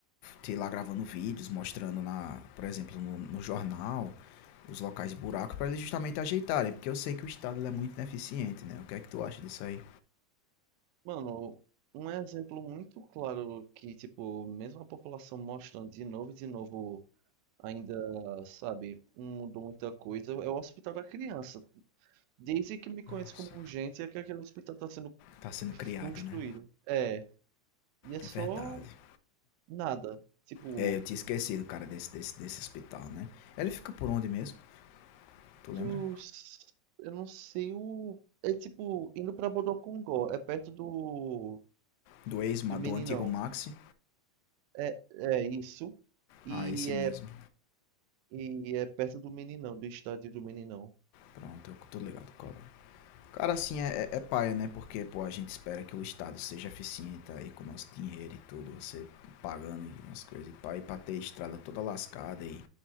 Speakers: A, on the left; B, on the right.
A: sei lá, gravando vídeos, mostrando, na, por exemplo, no, no jornal, os locais de buraco, para eles justamente ajeitarem, porque eu sei que o Estado é muito ineficiente, né? O que é que tu acha disso aí?
B: Mano, um exemplo muito claro que, tipo, mesmo a população mostrando de novo e de novo, ainda, sabe, não mudou muita coisa, é o Hospital da Criança. Desde que me conheço
A: Nossa.
B: como urgente, é que aquele hospital tá sendo
A: Tá sendo criado,
B: construído.
A: né?
B: É, e é só
A: É verdade.
B: nada. Tipo,
A: É, eu tinha esquecido, cara, desse, desse, desse hospital, né? Ele fica por onde mesmo? Tu lembra?
B: tu, eu não sei o. É tipo, indo pra Bodocongó, é perto do.
A: Do ex,
B: do Meninão.
A: do antigo Maxi?
B: É, é isso. E
A: Ah, esse
B: é
A: mesmo.
B: E é perto do Meninão, do estádio do Meninão.
A: Pronto, eu tô ligado, cola Cara, assim, é, é é paia, né? Porque, pô, a gente espera que o Estado seja eficiente aí com o nosso dinheiro e tudo, você pagando e umas coisas e pá, e pra ter estrada toda lascada e,